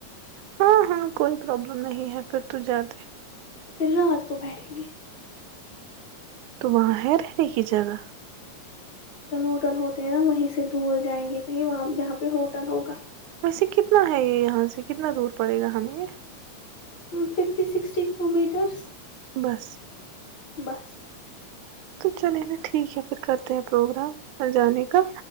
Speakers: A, on the right; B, on the left.
A: ہاں ہاں کوئی پروبلم نہیں ہے پھر تو جاتے
B: پھر رات کو بیٹھیں گے
A: تو وہاں ہے رہنے کی جگہ
B: ہوٹل ہوتے ہیں نا وہیں سے دور جائیں گے بھی جہاں پہ ہوٹل ہوگا
A: ویسے کتنا ہے یہ یہاں سے کتنا دور پڑے گا ہمیں
B: ففٹی سکسٹی کلو میٹرس
A: بس
B: بس
A: تو چلے نا ٹھیک ہے پھر کرتے ہیں پروگرام جانے کا